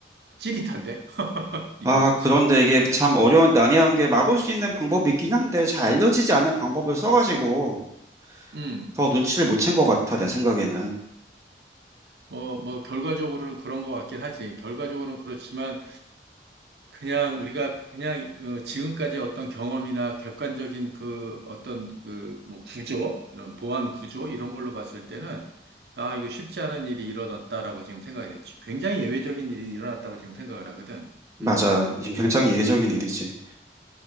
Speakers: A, on the right (about 65°); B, on the right (about 15°).
A: 찌릿한데? <laughs> 이거,
B: 아, 그런데
A: 참.
B: 이게 참 어려운, 난해한 게 막을 수 있는 방법이 있긴 한데 잘 알려지지 않은 방법을 써가지고
A: 음,
B: 더 눈치를 못 챈 것 같아, 내 생각에는.
A: 뭐, 뭐, 결과적으로는 그런 것 같긴 하지. 결과적으로는 그렇지만, 그냥 우리가 그냥 어, 지금까지 어떤 경험이나 객관적인 그 어떤 그 뭐 구조, 이런 보안 구조 이런 걸로 봤을 때는 아, 이거 쉽지 않은 일이 일어났다라고 지금 생각이 됐지. 굉장히 예외적인 일이 일어났다고 지금 생각을 하거든.
B: 맞아.
A: 음.
B: 굉장히 예외적인 일이지.